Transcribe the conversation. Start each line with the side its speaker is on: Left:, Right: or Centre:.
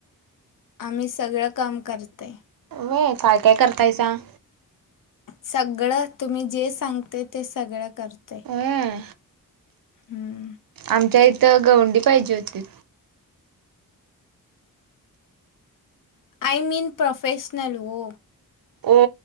Left: आम्ही सगळं काम करतय.
Right: व्हय! काय काय करताय सांग?
Left: सगळं तुम्ही जे सांगते ते सगळं करतोय.
Right: होय.
Left: हम्म.
Right: आमच्या इथं गवंडी पाहिजे होती.
Left: आय मीन प्रोफेशनल हो.
Right: ओ